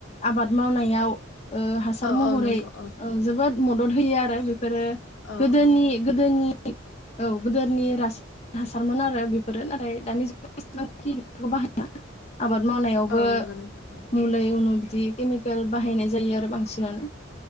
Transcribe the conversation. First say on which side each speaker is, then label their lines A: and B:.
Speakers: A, on the left (about 35°); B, on the left (about 80°).
A: आबाद मावनायाव ओ हासार
B: औ
A: महरै
B: औ नंगौ औ
A: ओ जोबोद मदद होयो आरो बे दो
B: औ
A: गोदोनि
B: औ
A: गोदोनि औ गोदोरनि रास हासारमोन आरो बेफोरो नाथाय दानि जुगाव एसेबांखि बेफोरखौ बाहाया आबाद मावनायाव। बो
B: औ नंगौ नोंथां औ
A: मुलै उनु बिदि केमिकेल बाहायनाय जायो आरो बांसिनानो।